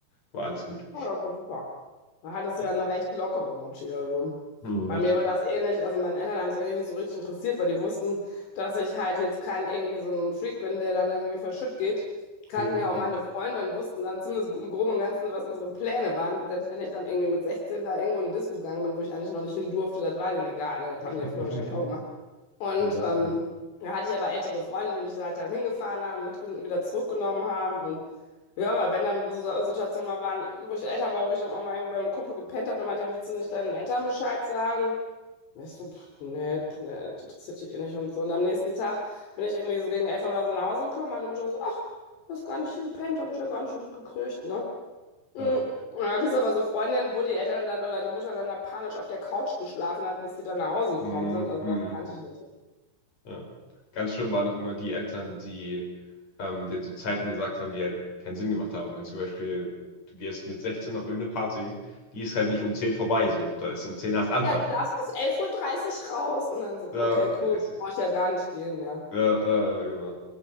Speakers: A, on the left (about 40°); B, on the left (about 70°).
A: war alles gut.
B: Oh ja, ist doch super. Da hattest
A: Ja.
B: du ja eine recht lockere Mutti. Also
A: Mhm,
B: bei mir
A: zum
B: war
A: Glück.
B: das ähnlich. Also meine Eltern haben es ehrlich nicht so richtig interessiert, weil die wussten, dass ich halt jetzt kein irgendwie so ein Freak bin, der dann irgendwie verschütt geht. Kannten
A: Mhm,
B: ja auch
A: mhm.
B: meine Freunde und wussten dann zumindest im Groben und Ganzen, was unsere Pläne waren. Selbst wenn ich dann irgendwie mit 16 da irgendwo in eine Disco gegangen bin, wo ich eigentlich noch nicht hin durfte, das war denen egal. ne? Das
A: <laughs>
B: haben die ja früher wahrscheinlich auch gemacht.
A: Mhm,
B: Und
A: mhm.
B: ähm, da hatte ich aber ältere Freunde, die mich da halt dann hingefahren haben, mitgenommen, wieder zurückgenommen haben. Und ja, aber wenn dann so Sa- Situationen mal waren, wo ich älter war, wo ich dann auch mal irgendwie bei einem Kumpel gepennt habe, dann meinte er, willst du nicht deinen Eltern Bescheid sagen? Und Ich so, pff, nee, pff, nee, das interessiert die eh nicht und so. Und am nächsten Tag bin ich irgendwie so gegen elf oder so nach Hause gekommen. Meine Mutter so, ach, du hast gar nicht hier gepennt, habe ich ja gar nicht mitgekriegt, ne? Mhm.
A: Ja.
B: Und dann hat es aber so Freundinnen, wo die Eltern dann oder die Mutter dann da panisch auf der Couch geschlafen hat, bis die dann nach Hause gekommen
A: Mhm,
B: sind. Also
A: mhm.
B: das kannte ich nicht.
A: Ja. Ganz schlimm waren noch immer die Eltern, die ähm, denen so Zeiten gesagt haben, die halt keinen Sinn gemacht haben. Wenn zum Beispiel du gehst mit 16 auf irgendeine Party, die ist halt nicht um 10 vorbei, so. Da ist um 10 erst Anfang.
B: Ja, du darfst bis elf Uhr dreißig raus. Und dann so,
A: Ja,
B: okay,
A: das
B: cool,
A: ist,
B: brauche ich ja gar nicht gehen, ja.
A: ja, ja, ja, genau.